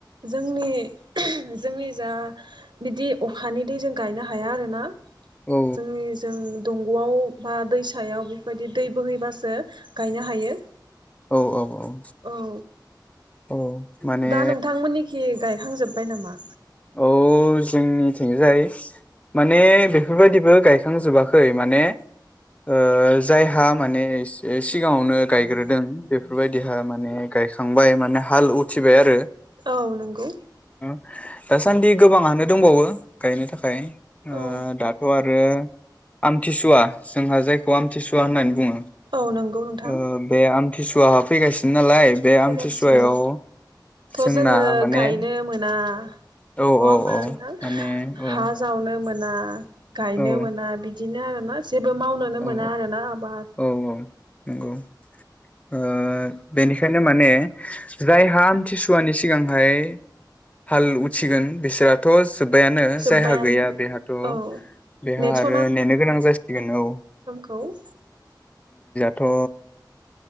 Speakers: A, on the right; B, on the left.
A: जोंनि जोंनि जा बिदि अखानि दै जों गायनो हाया आरोना।
B: औ
A: जोंनि जों दं गआव बा दैसायाव बेफोरबायदि दै बोहैबासो गायनो हायो।
B: औ औ औ
A: औ
B: औ माने
A: दा नोंथांमोननिखि गाय खां जोबबाय नामा?
B: औ जोंनिथिंजाय माने बेफोरबायदिबो गायखांजोबाखै माने ओ जायहा माने सि-सिगाङावनो गायग्रोदों बेफोरबायदिहा माने गायखांबाय माने हाल उथिबाय आरो
A: औ नंगौ
B: <inaudible> दासान्दि गोबाङानो दंबावो गायनो थाखाय ओ
A: औ
B: दाथ' आरो आमथिसुवा जोंहा जायखौ आमथिसुवा होननानै बुङो
A: औ नंगौ नोंथां
B: ओ बे आम थिसुवाहा फैगासिनो नालाय बे
A: फैगासिनो
B: आमथिसुवायाव
A: थ'
B: जोंना
A: जोङो
B: माने
A: गायनो मोना
B: औ
A: नङा होमबा
B: औ औ
A: नोंथां
B: माने औ
A: हा जावनो मोन ना गायनो
B: औ
A: मोना बिदि दिनो आरो मा जेबो मावनोनो
B: औ
A: मोना आरोना आबाद
B: औ औ नंगौ ओ बेनिखायनो माने जायहा आमथिसुवानि सिगांहाय हाल उथिगोन बिसोराथ' जोब्बायानो
A: जोब्बायानो
B: जायहा गैया बेहाथ'
A: औ
B: बेहा
A: नेथ'
B: आरो नेनो गोनां जासिगोन औ
A: औ
B: थ'